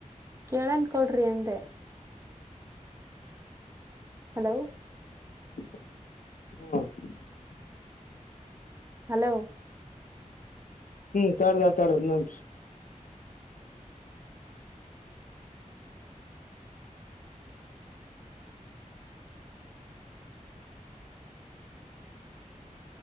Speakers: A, on the right (about 20°); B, on the left (about 80°).
A: ಕೇಳನ್ ಕೊಡ್ರಿ ಅಂದೆ ಹಲೋ
B: ಹ್ಮ
A: ಹಲೋ
B: ಹ್ಮ್ ತಡದ ತಡದ ನಮಸ